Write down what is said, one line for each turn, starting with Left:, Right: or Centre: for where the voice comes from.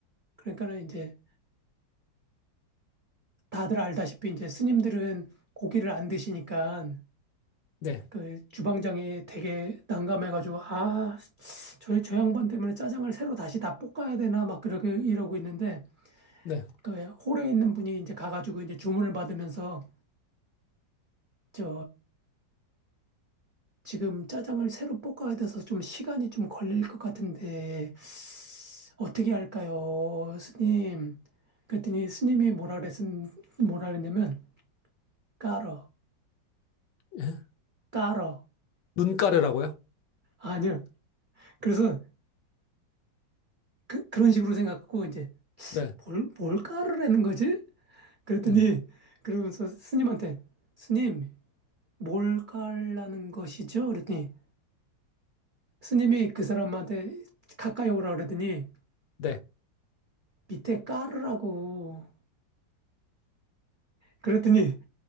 Right: 그러니까는 이제 다들 알다시피 이제 스님들은 고기를 안 드시니까
Left: 네,
Right: 그 주방장이 되게 난감해가지고 아, 저, 저 양반 때문에 짜장을 새로 다시 다 볶아야 되나 막 그렇게 이러고 있는데
Left: 네.
Right: 그 홀에 있는 분이 이제 가가지고 이제 주문을 받으면서 저 지금 짜장을 새로 볶아야 돼서 좀 시간이 좀 걸릴 것 같은데 어떻게 할까요, 스님? 그랬더니 스님이 뭐라 그랬은 뭐라 그랬냐면 깔어,
Left: 예?
Right: 깔어.
Left: 눈가르라고요?
Right: 아니요. 그래서 그, 그런 식으로 생각하고 이제
Left: 네,
Right: 뭘, 뭘 깔으라는 거지? 그랬더니
Left: 음,
Right: 그러면서 스님한테 스님 뭘 깔라는 것이죠? 그랬더니 스님이 그 사람한테 가까이 오라 그러더니
Left: 네,
Right: 밑에 깔으라고 그랬더니